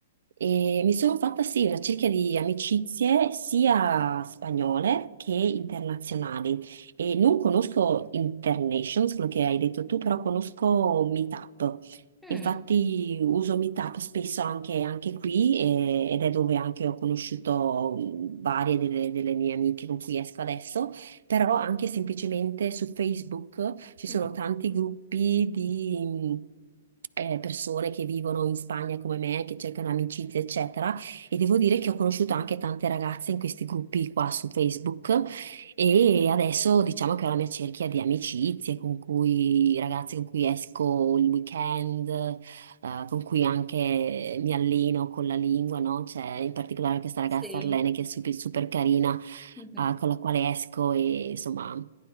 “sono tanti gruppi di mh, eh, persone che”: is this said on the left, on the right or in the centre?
Right